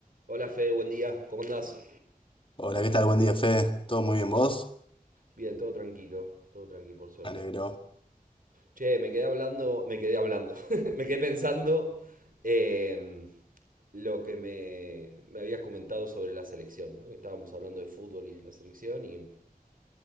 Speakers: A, on the right; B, on the left.
A: Hola Fede, buen día, ¿cómo andás?
B: Hola, ¿qué tal? Buen día, Fe. ¿Todo muy bien vos?
A: Bien, todo tranquilo, todo tranquilo por suerte.
B: Me alegro.
A: Che, me quedé hablando, me quedé hablando, <laughs> me quedé pensando em, lo que me, me habías comentado sobre la selección, ¿no? Que estábamos hablando de fútbol y de la selección y